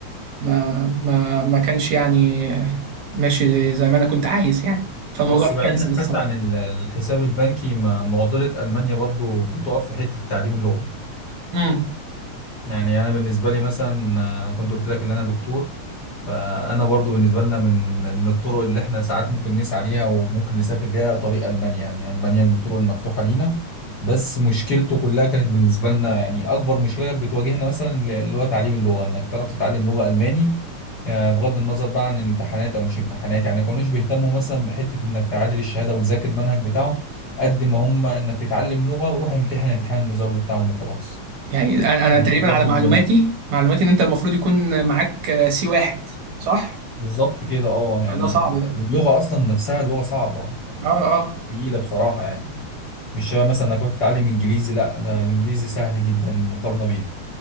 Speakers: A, on the right (about 75°); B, on the left (about 85°).
A: ما ما ما كانش يعني آه، ماشي زي ما انا كنت عايز يعني فالموضوع
B: بس
A: اتكنسل
B: بعيدا
A: الصراحة
B: حتى عن ال- الحساب البنكي ما- معضلة ألمانيا برضو بتقف في حتة تعليم اللغة
A: امم
B: يعني انا بالنسبه لي مثلا آه، كنت قلت لك ان انا دكتور فانا برضو بالنسبه لنا من من الطرق اللي احنا ساعات ممكن نسعى ليها وممكن نسافر ليها طريق المانيا يعني المانيا من الطرق المفتوحه لينا بس مشكلته كلها كانت بالنسبه لنا يعني اكبر مشكله كانت بتواجهنا مثلا اللي هو تعليم اللغه انك تعرف تتعلم لغه الماني آه، بغض النظر بقى عن الامتحانات او مش امتحانات يعني ما كانوش بيهتموا مثلا بحته انك تعادل الشهاده وتذاكر المنهج بتاعهم قد ما هم انك تتعلم لغه وروح امتحن امتحان المزاوله بتاعهم وخلاص
A: يعني انا أنا
B: فدي
A: تقريبا
B: برضه
A: على معلوماتي
B: من
A: معلوماتي ان انت المفروض يكون معاك سي واحد صح؟
B: بالظبط كده اه يعني
A: ده صعب
B: ال-
A: ده
B: اللغة أصلا نفسها لغة صعبة يعني
A: اه اه
B: تقيلة بصراحة يعني مش شبه مثلا إنك بتتعلم إنجليزي لا ده الإنجليزي سهل جدا مقارنة بيها